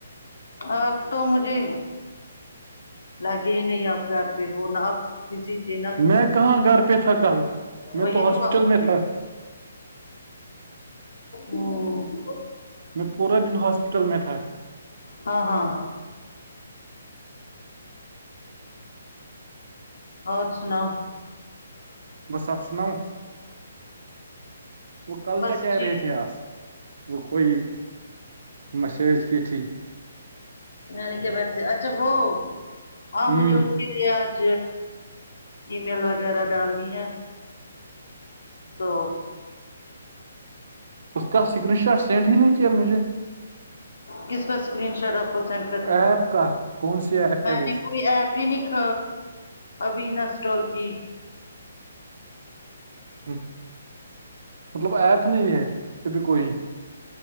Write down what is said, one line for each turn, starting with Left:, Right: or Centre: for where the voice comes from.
Left: آپ تو مجھے لگے ہی نہیں آپ گھر پہ ہو نہ آپ بزی تھے نہ
Right: میں کہاں گھر پہ تھا کل میں
Left: وہی
Right: تو ہاسپٹل
Left: آپ
Right: میں تھا
Left: ہوں
Right: میں پورا دن ہوسپٹل میں تھا
Left: ہاں ہاں اور سناؤ
Right: بس آپ سناؤ وہ کل
Left: بس
Right: کیا کہ
Left: ٹھیک
Right: رہے تھے آپ وہ کوئی مسیج بھی تھی
Left: نانی کے بن سے اچھا وہ ہاں
Right: ہ
Left: مجھے اسکے لیے آج ای میل وغیرہ ڈالنی ہے تو
Right: اس کا سگرین شاٹ سینڈ ہی نہیں کیا مجھے
Left: کس کا اسکرین شاٹ آپ کو سینڈ کرتی
Right: ایپ کا کون سی ایپ
Left: میں
Right: ہے وہ
Left: نے کوئی ایپ پینک ابی نہ اسٹال کی
Right: ہمم مطلب ایپ نہیں ہے ابھی کوئی